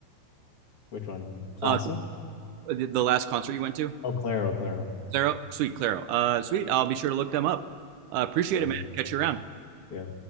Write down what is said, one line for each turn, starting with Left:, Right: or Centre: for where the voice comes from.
Left: Which one? Classic?
Right: Uh, the the last concert you went to,
Left: Oh, Claro, Claro.
Right: Claro, sweet Claro, uh, sweet. I'll be sure to look them up. Uh, appreciate
Left: Love
Right: it, man.
Left: 'em.
Right: Catch you around.
Left: Yeah.